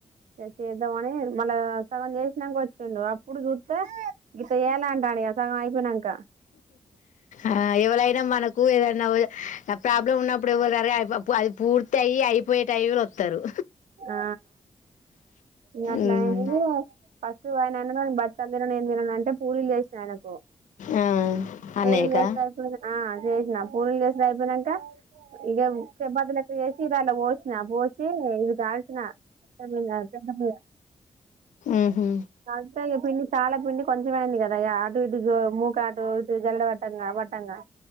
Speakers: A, on the right (about 75°); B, on the left (about 85°).
A: ఇగ చేద్దామని మళ్ళా సగం చేసినంక వచ్చిండు అప్పుడు చూత్తే గిట్ల చేయాలంటాండిగ సగం అయిపొయినంక.
B: ఆ ఎవలైనా మనకు ఏదన్నా ప్రాబ్లం ఉన్నప్పు ఇప్పుడు ఎవ్వరు రారు కానీ అది పూర్తి అయి అయిపోయే టైంలో వత్తరు
A: ఆ మీ అట్లా
B: ఉమ్.
A: <unintelligible> ఫస్ట్ ఆయన <unintelligible> ఎమ్ తినను అంటే పూరీలు చేసినా ఆయనకు
B: ఆ అన్నయ్యకా
A: పూరీలు చేస్తే అయిపోయింది ఆ చేసిన పూరీలు చేసిన అయిపోయినంక ఇగ చపాతీ అట్టే చేసి <unintelligible> పోసిన పోసిఇ కాల్చిన <unintelligible>
B: ఉహు.
A: <inaudible> అ పిండి చాలా పిండి కొంచెం అయింది కదా ఇక అటు ఇటు మూక అటు ఇటు జల్ల పట్టంగా పట్టంగా